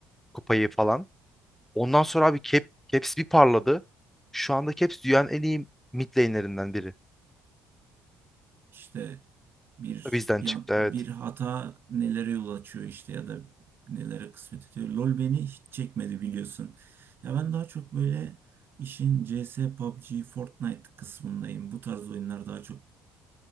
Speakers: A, in the centre; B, on the right.
A: kupayı falan. Ondan sonra abi Cap, Caps bir parladı. Şu anda Caps dünyanın en iyi mid lane'lerinden biri.
B: İşte bir
A: Bizden
B: yan,
A: çıktı evet.
B: bir hata nelere yol açıyor işte ya da nelere kısmet ediyor. LoL beni hiç çekmedi biliyorsun. Ya ben daha çok böyle işin CS, PUBG, Fortnite kısmındayım. Bu tarz oyunlar daha çok